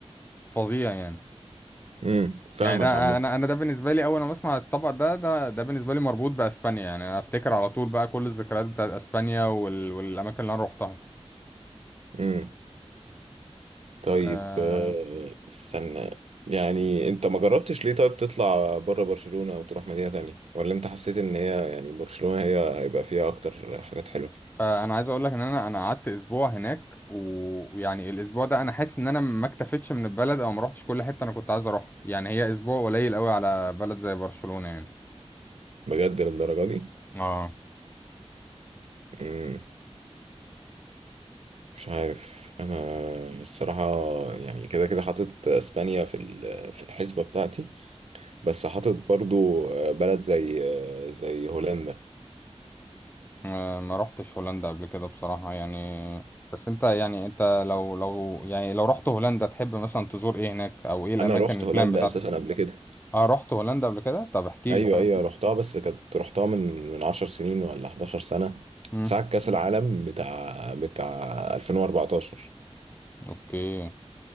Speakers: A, on the left; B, on the right.
A: فظيع يعني
B: امم فاهمك
A: يعني ده
B: عامه
A: انا انا ده بالنسبه لي اول ما اسمع الطبق ده ده ده بالنسبه لي مربوط باسبانيا يعني انا افتكر على طول بقى كل الذكريات بتاعت اسبانيا وال... والاماكن اللي انا روحتها
B: امم طيب
A: آه،
B: آه، استنى يعني انت ما جربتش ليه طيب تطلع بره برشلونة وتروح مدينة تانية ولا انت حسيت ان هي يعني برشلونة هي هيبقى فيها اكتر حاجات حلوة
A: آه، انا عايز اقول لك ان انا انا قعدت اسبوع هناك و- ويعني الاسبوع ده انا حاسس ان انا ما اكتفيتش من البلد او ما روحتش كل حته انا كنت عايز اروح يعني هي اسبوع قليل قوي على بلد زي برشلونه يعني
B: بجد للدرجة دي
A: اه
B: مم. مش عارف انا الصراحة يعني كده كده حاطط اسبانيا في ال- في الحسبة بتاعتي بس حاطط برضو آه، بلد زي آه، زي هولندا
A: آه، ما روحتش هولندا قبل كده بصراحه يعني بس انت يعني انت لو لو يعني لو رحت هولندا تحب مثلا تزور ايه هناك او ايه الاماكن
B: انا رحت
A: البلان
B: هولندا
A: بتاعتك
B: اساسا قبل كده
A: اه رحت هولندا قبل كده طب احكي
B: ايوه
A: لي طيب
B: ايوه رحتها بس كانت رحتها من من 10 سنين ولا 11 سنه
A: امم
B: ساعه كاس العالم بتاع بتاع 2014
A: اوكي